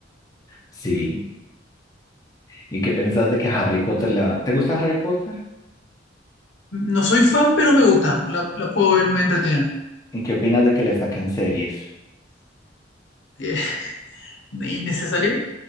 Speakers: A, on the left; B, on the left.
A: Sí. ¿Y qué pensás de que Harry Potter la... ¿Te gusta Harry Potter?
B: No soy fan, pero me gusta. La, la puedo ver, me entretienen.
A: ¿Y qué opinas de que le saquen series?
B: Que <laughs> es innecesario